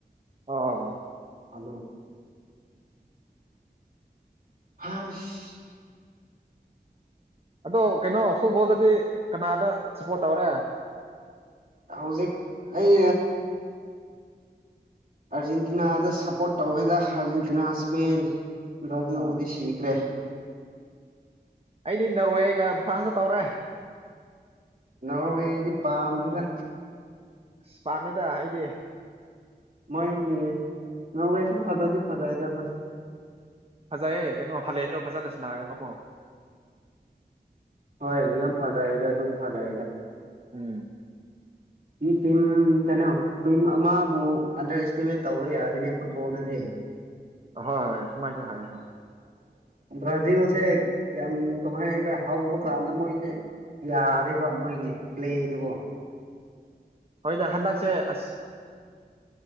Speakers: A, on the right; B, on the right.
A: ꯑꯣ ꯑꯣ
B: ꯑꯗꯣ ꯍꯁ
A: ꯑꯗꯣ ꯀꯩꯅꯣ ꯐꯨꯠꯕꯣꯜꯗꯗꯤ ꯀꯅꯥꯗ ꯁꯞꯄꯣꯔꯠ ꯇꯧꯔꯦ
B: ꯍꯧꯖꯤꯛ ꯑꯩ ꯑꯥꯔꯖꯦꯟꯇꯤꯅꯥꯗ ꯁꯞꯄꯣꯔꯠ ꯇꯧꯋꯦꯗ ꯑꯥꯔꯖꯦꯟꯇꯤꯅꯥ ꯏꯁꯄꯦꯟ ꯕꯔꯖꯤꯜꯕꯨꯗꯤ
A: ꯑꯥ
B: ꯁꯤꯈ꯭ꯔꯦ
A: ꯑꯩꯗꯤ ꯅꯣꯔꯋꯦꯒ ꯐ꯭ꯔꯥꯟꯁꯇ ꯇꯧꯔꯦ
B: ꯅꯣꯔꯋꯦꯗꯤ ꯄꯥꯝꯗꯦꯗ
A: ꯑꯁ ꯄꯥꯝꯃꯦꯗ ꯑꯩꯗꯤ
B: ꯃꯣꯏꯒꯤ ꯅꯣꯔꯌꯦꯁꯨ ꯐꯖꯗꯤ ꯐꯖꯩꯗ ꯍꯣꯢꯁꯨ
A: ꯐꯖꯩꯌꯦ ꯀꯩꯅꯣ ꯍꯥꯂꯦꯟꯗꯣ ꯐꯖꯅ ꯁꯟꯅꯩꯌꯦꯕꯀꯣ
B: ꯍꯣꯏ ꯑꯗꯨ ꯌꯥꯝ ꯐꯖꯩꯔ ꯑꯗꯨꯝ ꯐꯅꯩꯔ
A: ꯎꯝ
B: ꯃꯤ ꯇꯤꯝ ꯀꯩꯅꯣ ꯇꯤꯝ ꯑꯃꯕꯨ ꯑꯟꯗꯔ ꯑꯦꯁꯇꯤꯃꯦꯠ ꯇꯧꯕ ꯌꯥꯗꯦꯅꯦ ꯐꯨꯠꯕꯣꯜꯗꯗꯤ
A: ꯍꯣꯏ ꯁꯨꯃꯥꯏꯁꯨ ꯍꯥꯏ ꯍꯣꯏ
B: ꯕ꯭ꯔꯥꯖꯤꯜꯁꯦ ꯌꯥꯝ ꯀꯃꯥꯏ ꯍꯥꯏꯈ꯭ꯔꯦ ꯍꯧꯕ ꯀꯥꯟꯗ ꯃꯣꯏꯁꯦ ꯌꯥꯗꯔꯤꯕ ꯃꯣꯏꯒꯤ ꯄ꯭ꯂꯦꯗꯨꯒꯣ
A: ꯍꯣꯏꯅꯦ ꯍꯟꯗꯛꯁꯦ ꯑꯁ